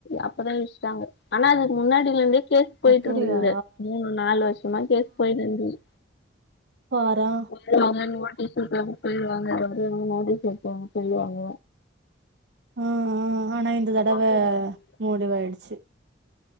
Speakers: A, on the left (about 60°); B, on the right (about 60°).
A: அப்பதா இடிச்ட்டாங்க ஆனா அதுக்கு முன்னாடிலந்தே கேஸ் பொயிட்ருந்துது
B: அப்படியா
A: மூணு நாலு வர்ஷமா கேஸ் பொயிட்டுருந்துது
B: பாரா
A: சொல்லுவாங்க நோட்டீஸ் ஒட்றனு பொட்டு வாங்க வந்து நோட்டீஸ் ஒட்றனு பொய்டுவாங்க
B: ஆ ஆ ஆனா இந்த தடவ
A: போயிட்டு
B: முடிவாயிடுச்சு